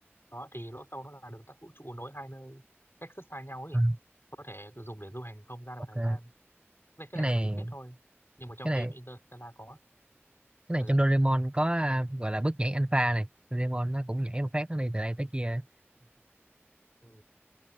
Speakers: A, on the left; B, on the right.
A: đó thì lỗ sâu nó là đường tắt vũ trụ nối hai nơi cách rất xa nhau ấy
B: à,
A: có thể cứ dùng để du hành không gian
B: ok
A: và thời gian cái này, cái
B: cái này
A: này là lý thuyết thôi nhưng mà trong
B: cái này
A: phim Interstellar có
B: cái này
A: ừ.
B: trong Doraemon có à, gọi là bước nhảy alpha này Doraemon nó cũng nhảy một phát nó đi từ đây tới kia
A: Ừ.